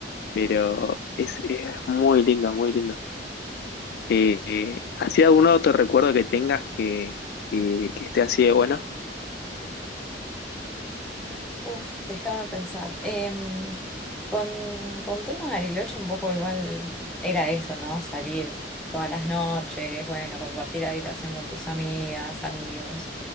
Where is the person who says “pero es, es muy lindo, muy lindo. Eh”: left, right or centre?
Left